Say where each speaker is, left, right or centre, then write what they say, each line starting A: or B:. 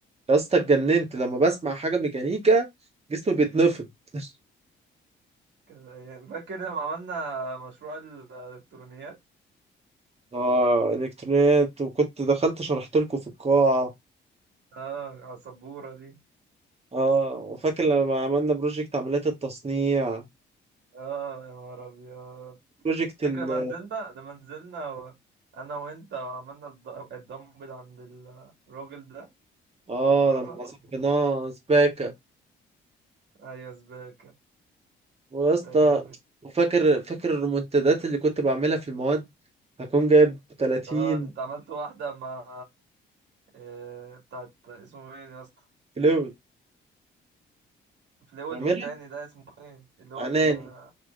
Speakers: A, on the right; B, on the right.
A: يا اسطى اتجننت لما بسمع حاجه ميكانيكا جسمي بيتنفض <laughs>
B: كان- يعني فاكر لما عملنا مشروع الالكترونيات
A: اه الكترونيات وكنت دخلت شرحت لكم في القاعه
B: اه على السبوره دي
A: اه وفاكر لما عملنا بروجكت عمليات التصنيع
B: اه يا نهار ابيض
A: بروجكت
B: فاكر
A: ال
B: لما نزلنا لما نزلنا و... انا وانت وعملنا الد- الدمبل عند الراجل ده بتاع
A: اه
B: الخراطه
A: لما صحبناه سباكة
B: ايوه سباكه
A: ويا
B: كانت
A: اسطى
B: ايام
A: وفاكر فاكر الريمونتادات اللي كنت بعملها في المواد هكون جايب 30
B: اه ده انت عملت واحده مع آه بتاعت اسمه مين يا اسطى
A: كيلو
B: فلويد
A: عاملها
B: والتاني ده اسمه ايه اللي هو
A: عناني
B: ال-